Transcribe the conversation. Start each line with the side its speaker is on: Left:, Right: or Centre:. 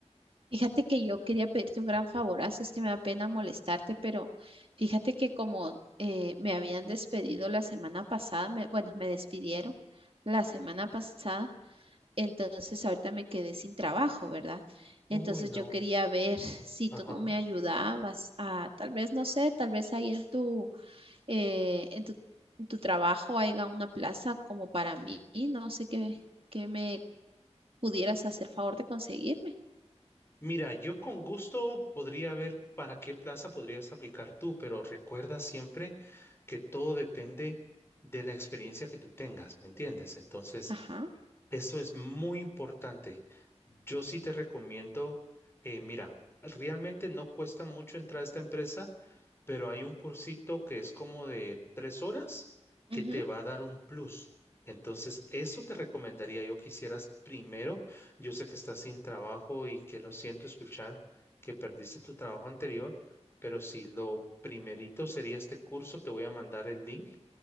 Right: Fíjate que yo quería pedirte un gran favorazo, es que me da pena molestarte, pero fíjate que como eh, me habían despedido la semana pasada, me- bueno, me despidieron la semana pasada, entonces ahorita me quedé sin trabajo, ¿verdad? Entonces
Left: Uy, no.
Right: yo quería ver si
Left: Ajá.
Right: tú no me ayudabas a, tal vez, no sé, tal vez ahí en tu eh, en tu, en tu trabajo haya una plaza como para mí. y No sé qué, qué me pudieras hacer favor de conseguirme.
Left: Mira, yo con gusto podría ver para qué plaza podrías aplicar tú, pero recuerda siempre que todo depende de la experiencia que tú tengas, ¿me entiendes? Entonces,
Right: Ajá.
Left: eso es muy importante. Yo sí te recomiendo, eh, mira, realmente no cuesta mucho entrar a esta empresa, pero hay un cursito que es como de tres horas que
Right: ujú,
Left: te va a dar un plus. Entonces, eso te recomendaría yo que hicieras primero yo sé que estás sin trabajo y que lo siento escuchar que perdiste tu trabajo anterior, pero si lo primerito sería este curso, te voy a mandar el link